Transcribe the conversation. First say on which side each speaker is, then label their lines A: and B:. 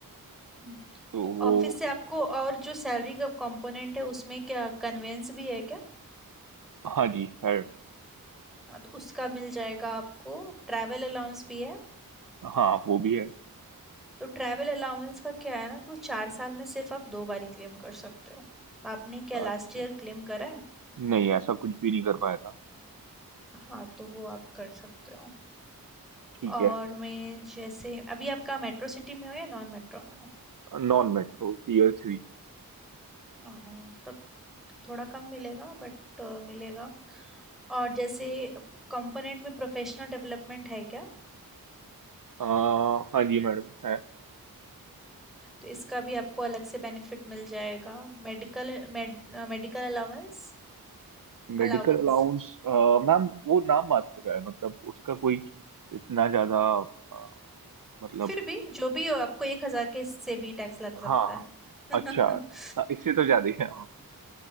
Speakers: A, in the centre; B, on the right.
A: हम्म।
B: तो
A: तो
B: वो
A: ऑफिस से आपको और जो सैलरी का कंपोनेंट है उसमें क्या कन्वेंस भी है क्या
B: हाँ जी है
A: हाँ तो उसका मिल जाएगा आपको ट्रैवल अलाउंस भी है
B: हाँ वो भी है
A: तो ट्रैवल अलाउंस का क्या है ना कि वो चार साल में सिर्फ आप दो बारी क्लेम कर सकते हो तो आपने क्या
B: अच्छा
A: लास्ट ईयर क्लेम करा है
B: नहीं ऐसा कुछ भी नहीं कर पाया था
A: हाँ तो वो आप कर सकते हो
B: ठीक
A: और
B: है
A: मैं जैसे अभी आपका मेट्रो सिटी में हो या नॉन मेट्रो में हो
B: Non metro tier three
A: ओहो, तब थोड़ा कम मिलेगा बट मिलेगा और जैसे कंपोनेंट में प्रोफेशनल डेवलपमेंट है क्या
B: आ, हाँ जी मैडम है
A: तो इसका भी आपको अलग से बेनिफिट मिल जाएगा Medical med, medical allowance
B: Medical
A: Allowance
B: allowance मैम वो नाम मात्र का है मतलब उसका कोई इतना ज्यादा अ, मतलब
A: फिर भी जो भी हो आपको एक हजार के से भी टैक्स लग सकता
B: हाँ
A: है
B: अच्छा
A: <laughs>
B: हाँ, इससे तो ज्यादा ही है हाँ,